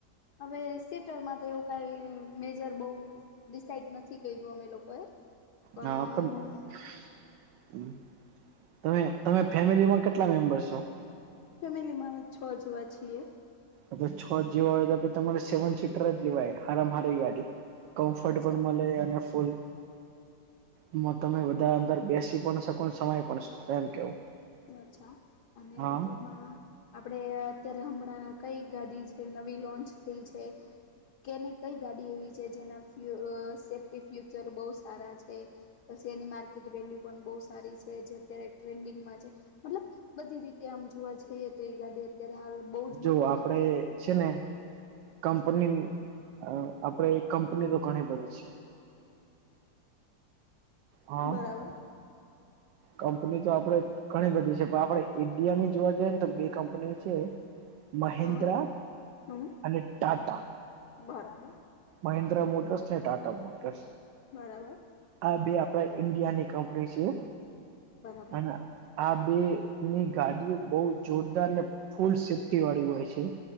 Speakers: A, on the left (about 70°); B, on the right (about 75°).
A: હવે સીટરમાં તો એવું કાઈ મેજર બઉ. ડિસાઇડ નથી કર્યું અમે લોકોએ. પણ
B: હા પણ. તમે તમે ફેમિલીમાં કેટલા મેમ્બરસ છો?
A: ફેમિલી માં અમે છ જેવા છીએ.
B: અપે છ જેવા હોય તો તમારે સેવન સીટર જ લેવાય હરામ હારી ગાડી. કમ્ફર્ટ
A: અચ્છા
B: પણ મળે અને ફૂલ એમાં તમે બધા અંદર બેસી પણ શકો ને સમાય પણ શકો એમ કેવું.
A: અચ્છા અને
B: હા
A: મતલબમા આપડે અત્યારે હમણાં. કઈ ગાડી છે? નવી લોન્ચ થઈ છે? કેની કઈ ગાડી એવી છે જેના ફ્યુઅ સેફ્ટી ફ્યુચર બહુ સારા છે? પછી એની માર્કેટ વેલ્યુ પણ બહુ સારી છે, જે અત્યારે ટ્રેન્ડિંગમાં છે. મતલબ બધી રીતે આમ જોવા જઈએ તો એ ગાડી અત્યારે હાલ બઉ જ
B: જો
A: મતલબમા
B: આપડે
A: એમકે.
B: છે ને કંપની નુ અ આપણેે કંપની તો ઘણી બધી છે. હા
A: બરાબર.
B: કંપની તો આપડે ઘણી બધી છે, પણ આપડે ઈન્ડિયાની જોવા જઈએ ને તો બે કંપની છે. મહેન્દ્રા
A: હા હમ
B: અને ટાટા.
A: બરાબર
B: મહિન્દ્રા મોટર્સ ને ટાટા મોટર્સ.
A: બરાબર.
B: આ બે આપડા ઈન્ડિયાની કંપની છે.
A: બરાબર
B: અને આ બે ની ગાડીઓ બહુ જોરદાર ને ફૂલ સેફ ટી વાળી હોય છે.